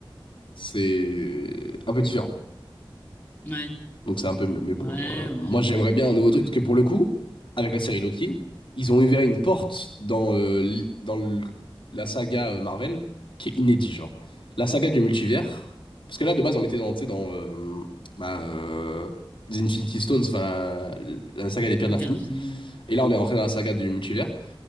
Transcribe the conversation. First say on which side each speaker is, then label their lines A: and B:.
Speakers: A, on the left; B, on the left.
A: c'est un peu différent.
B: Ouais,
A: Donc c'est un peu mieux. Mais bon,
B: ouais,
A: euh,
B: ouais,
A: moi j'aimerais
B: mais
A: bien un nouveau truc. Parce que pour le coup, avec la série Loki, ils ont ouvert une porte dans, euh, l'i- dans le- la saga euh, Marvel qui est inédite, genre. La saga du multivers. Parce que là, de base, on était dans, tu sais, dans euh, bah, euh, les Infinity Stones, enfin la, la saga des pierres
B: les
A: de l'infini.
B: pierres d'infini, ouais.
A: Et là, on est rentré dans la saga du multivers